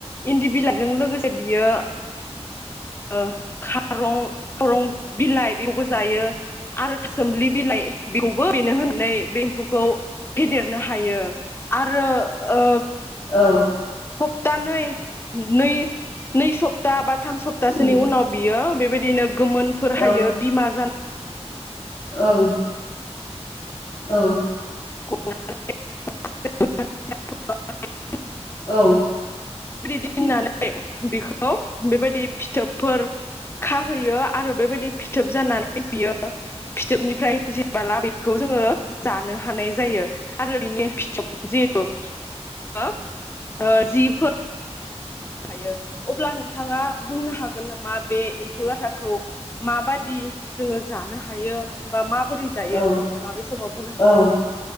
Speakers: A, on the left; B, on the left.
A: इन्दि बिलाइजों लोगोसे बियो ओ खारं खरं बिलाइ बेखौबो जायो आरो था सोमलि बिलाइ बेखौबो बेनो होनानै बे एम्फौखौ फेदेरनो हायो आरो ओ
B: औ
A: सप्तानै नै नै सप्ता बाद थाम सप्तासोनि
B: उम
A: उनाव बियो बेबायदिनो गोमोनफोर
B: औ
A: हायो बिमा जाना
B: औ औ
A: <unintelligible>
B: औ
A: बेबायदि होननानै बिखौ बेबायदि फिथोबफोर खाहैयो आरो बेबायदि फिथोब जानानै बियो फिथोबनिफ्राय जेबोला बेखौ जोङो जानो हानाय जायो आरो बिनो जिहेथु हो अ जि फोर हायो अब्ला नोंथाङा बुंनो हागोन हागोन नामा बे एम्फौ लाथाखौ माबादि जोङो जानो हायो बा मा बोरै जायो
B: औ
A: नोंथाङा बे समाव बुंनो
B: औ
A: हागोन
B: औ